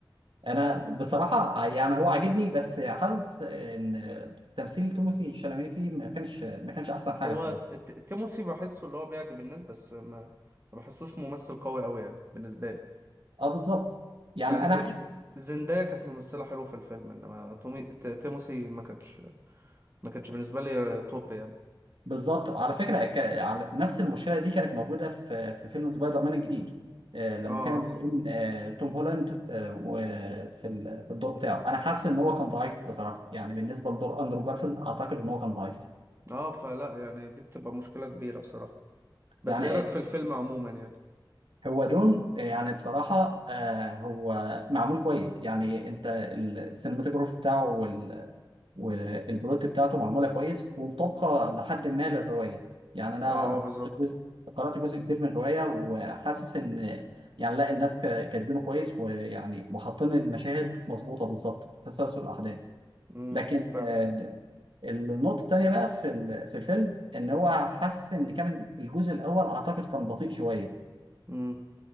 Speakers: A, on the right (about 80°); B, on the right (about 30°).
A: انا بصراحه يعني هو عاجبني بس حاسس ان تمثيل توماسي شلامين فيه ما كانش ما كانش احسن
B: هو
A: حاجه بصراحه
B: ت- ت- تيموسي بحسه اللي هو بيعجب الناس بس ما ما بحسوش ممثل قوي قوي يعني بالنسبة لي
A: اه بالظبط يعني
B: يعني
A: انا
B: ز...
A: حاسس
B: زندايا كانت ممثلة حلوة في الفيلم انما تومي... ت- تيموسي ما كانش ما كانش بالنسبة لي توب يعني
A: بالظبط على فكره ك... على... نفس المشكله دي كانت موجوده في في فيلم سبايدر مان الجديد آه، لما
B: اه
A: كانوا بيقين آه، توم هولاند آه، وفي ال- في الدور بتاعه انا حاسس ان هو كان ضعيف بصراحه يعني بالنسبه لدور اندرو جارفيلد اعتقد ان هو كان ضعيف
B: اه آه، فلا يعني دي بتبقى مشكلة كبيرة بصراحة بس
A: يعني
B: ايه رأيك في الفيلم عموما يعني
A: هو دون آه، يعني بصراحة آه، هو معمول كويس يعني انت ال- السينماتوجراف بتاعه وال- والبلوت بتاعته معمولة كويس ومطابقة لحد ما للرواية يعني انا
B: اه
A: انا
B: اه
A: قرأت
B: بالظبط
A: جزء قرأت جزء كبير من الرواية وحاسس ان يعني لا الناس ك- كاتبينه كويس ويعني وحاطين المشاهد مظبوطة بالظبط في تسلسل الأحداث
B: امم
A: لكن
B: فاهم
A: آه، النقطة التانية بقى في ال- في الفيلم ان هو حاسس ان كان الجزء الأول اعتقد كان بطيء شوية
B: امم